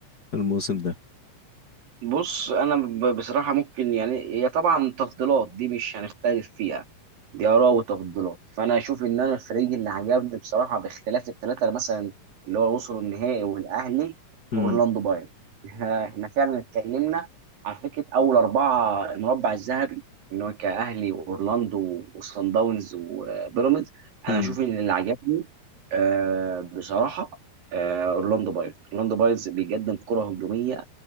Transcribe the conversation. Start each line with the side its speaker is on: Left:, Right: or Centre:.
Left: الموسم ده
Right: بص انا ب- بصراحه ممكن يعني هي طبعا تفضيلات دي مش هنختلف فيها دي اراء وتفضيلات فانا اشوف ان انا الفريق اللي عجبني بصراحه باختلاف الثلاثه مثلا اللي هو وصلوا النهائي والاهلي
Left: امم
Right: اورلاندو بايرن <laughs> احنا فعلا اتكلمنا على فكره اول اربعه المربع الذهبي ان هو كاهلي واورلاندو وصن داونز وبيراميدز انا
Left: امم
Right: اشوف ان اللي عجبني آه، بصراحه آه، اورلاندو بايرز اورلاندو بايرز بيقدم كره هجوميه